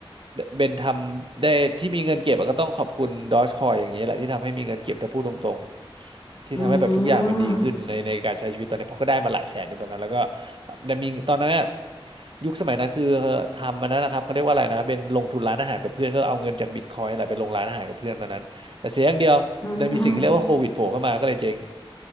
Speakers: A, on the right; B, on the left.
A: เบนทำได้ที่มีเงินเก็บอะก็ต้องขอบคุณดอ g จคอยอย่างนี้แหละที่ทำให้มีเงินเก็บถ้าพูดตรงๆที่ทำให้แบบทุกอย่างมันดีขึ้นในในการใช้ชีวิตตอนนี้เพราะก็ได้มาหลายแสนในตอนนั้นแล้วก็
B: อืม
A: ได้มีตอนนั้นน่ะยุคสมัยนั้นคือทำมันนั้นนะครับเขาเรียกว่าอะไรนะเป็นลงทุนร้านอาหารกับเพื่อนก็เอาเงินจากบิตคอยนแหละไปลงร้านอาหารกับเพื่อนตอนนั้นแต่เสียอย่างเดียวมันมีสิ่งที่เรียกว่าโควิดโผล่เข้ามาก็เลยเจ๊ง
B: อืม